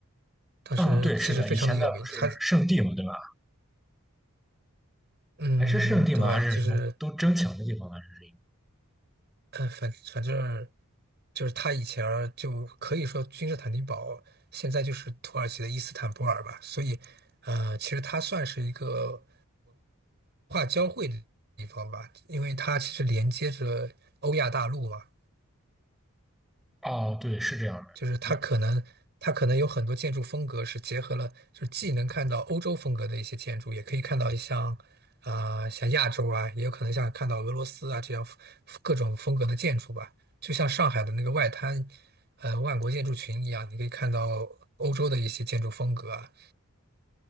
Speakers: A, on the right (about 50°); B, in the centre.
A: 当时其实非常的有名，
B: 嗯，对，是的，以前那不是圣地嘛，
A: 它
B: 对吧？
A: 嗯，
B: 还是圣地嘛，
A: 对，
B: 还是什么都争抢的地方吗？
A: 就是，
B: 还是一
A: 呃，反反正就是他以前儿就可以说君士坦丁堡，现在就是土耳其的伊斯坦布尔吧，所以，呃，其实它算是一个文化交汇的地方吧，因为它其实连接着欧亚大陆嘛，
B: 个。哦，对，是这样的。
A: 就是它可能它可能有很多建筑风格是结合了，
B: 嗯，
A: 就是既能看到欧洲风格的一些建筑，也可以看到像啊、像亚洲啊，也有可能像看到俄罗斯啊这样各种风格的建筑吧。就像上海的那个外滩，呃，万国建筑群一样，你可以看到欧洲的一些建筑风格啊，